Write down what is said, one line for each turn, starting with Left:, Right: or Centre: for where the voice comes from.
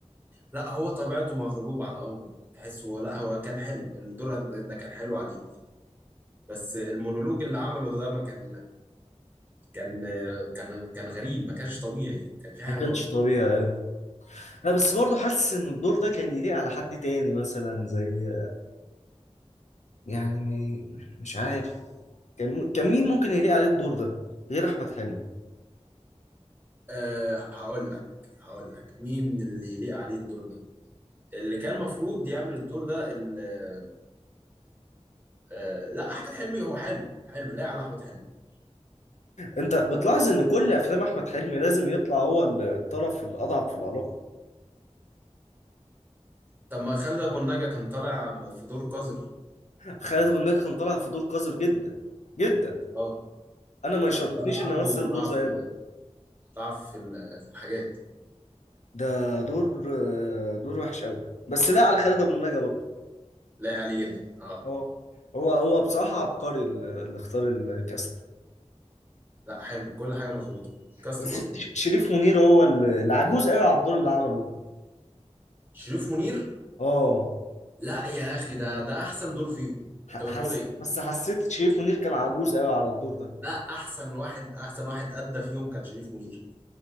Right: لا هو طبيعته مغلوب على امره تحسه لا هو كان حلو الدور ده كان حلو عليه بس المونولوج اللي عمله ده ما كان كان كان كان غريب ما كانش طبيعي كان في حاجة
Left: ما كانش
Right: غلط
Left: طبيعي لا بس برضه حاسس ان الدور ده كان يليق على حد تاني مثلا زي يعني مش عارف كان كان مين ممكن يليق عليه الدور ده غير احمد حلمي
Right: أه هقول لك هقول لك مين اللي يليق عليه الدور ده اللي كان المفروض يعمل الدور ده ال- آه، لا احمد حلمي هو حلو حلو لا على احمد حلمي
Left: انت بتلاحظ ان كل افلام احمد حلمي لازم يطلع هو الطرف الاضعف في العلاقه
Right: طب ما خالد ابو النجا كان طالع في دور قذر
Left: خالد ابو النجا كان طالع في دور قذر جدا جدا
Right: اه
Left: انا ما
Right: كان
Left: يشرفنيش
Right: طالع
Left: ان
Right: عنده
Left: امثل
Right: ضعف
Left: دور زي ده
Right: ضعف في ال- في الحاجات
Left: ده دور آه، دور وحش قوي بس لا على خالد ابو النجا برضه
Right: لا عليه جدا اه
Left: اه هو هو بصراحه عبقري اللي اللي اختار الكاست
Right: لا حلو كل حاجه مظبوطه كاست
Left: بس
Right: مظبوط
Left: ش- شريف منير هو ال- العجوز قوي على الدور اللي عمله ده
Right: شريف منير
Left: اه
Right: لا يا اخي ده ده احسن دور فيهم
Left: ح-
Right: انت بتقول
Left: حس
Right: ايه
Left: بس حسيت شريف منير كان عجوز قوي على الدور ده
Right: لا احسن واحد احسن واحد ادى فيهم كان شريف منير